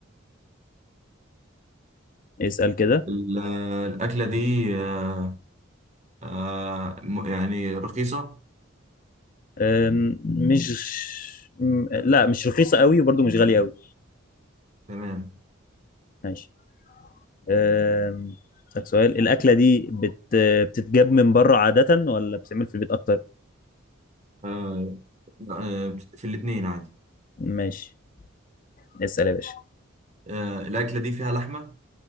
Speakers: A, on the left; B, on the right.
A: اسأل كده
B: ال- آه، الأكلة دي آه آه م- يعني رخيصة
A: أم، مش م- لا مش رخيصة قوي وبرضو مش غالية قوي
B: تمام
A: ماشي أم، أسألك سؤال الأكلة دي بت... بتتجاب من بره عادة ولا بتتعمل في البيت أكتر
B: آه آه في الاتنين عادي
A: ماشي اسأل يا باشا
B: آه الأكلة دي فيها لحمة